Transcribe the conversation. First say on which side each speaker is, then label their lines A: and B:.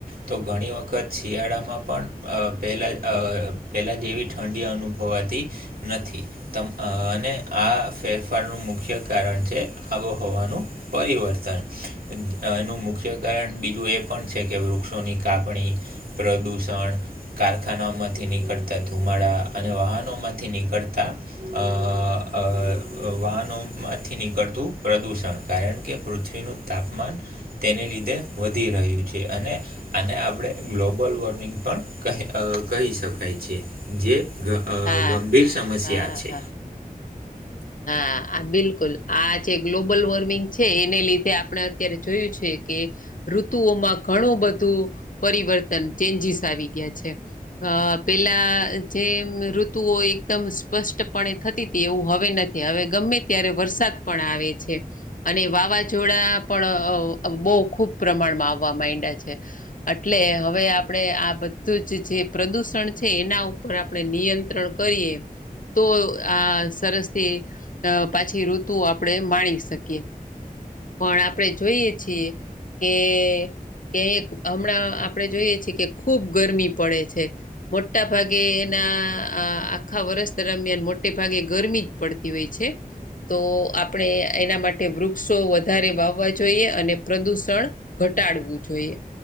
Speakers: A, on the right; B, on the left.
A: તો ઘણી વખત શિયાળામાં પણ આ પહેલાં આ પહેલાં જેવી ઠંડી અનુભવતી નથી તમ આ અને આ ફેરફારનું મુખ્ય કારણ છે આબોહવાનું પરિવર્તન. એનું મુખ્ય કારણ બીજું એ પણ છે કે વૃક્ષોની કાપણી પ્રદૂષણ કારખાના માંથી નીકળતા ધુમાડા અને વાહનો માંથી નીકળતા અ આ વાહનોમાંથી નીકળતું પ્રદૂષણ કારણ કે પૃથ્વીનું તાપમાન તેને લીધે વધી રહ્યું છે અને અને આપણે ગ્લોબલ વોર્મિંગ પણ કહી કહી શકાય છે જે ગ
B: હા
A: ગંભીર સમસ્યા
B: હા
A: છે.
B: હા હા આ બિલકુલ આ જે ગ્લોબલ વોર્મિંગ છે એને લીધે આપણે અત્યારે જોયું છે કે ઋતુઓમાં ઘણું બધું પરિવર્તન ચેન્જીસ આવી ગયા છે. અ પેલા જે ઋતુઓ એકદમ સ્પષ્ટપણે થતી હતી એવું હવે નથી હવે ગમે ત્યારે વરસાદ પડ પણ આવે છે અને વાવાઝોડા પણ બહુ ખુબ પ્રમાણમાં આવવા માંડા છે. એટલે હવે આપણે આ બધું જ જે પ્રદૂષણ છે એના ઉપર આપણે નિયંત્રણ કરીએ તો આ સરસ થી પાછી તો આપણે માણી શકીએ. પણ આપડણે જોઈએ છીએ કે કઈક હમણાં આપડણે જોઈએ છીએ કે ખૂબ ગરમી પડે છે મોટા ભાગે એના આખા વર્ષ દરમિયાન મોટે ભાગે ગરમી જ પડતી હોય છે. તો આપણે એના માટે વૃક્ષો વધારે વાવવા જોઈએ અને પ્રદૂષણ ઘટાડવું જોઈએ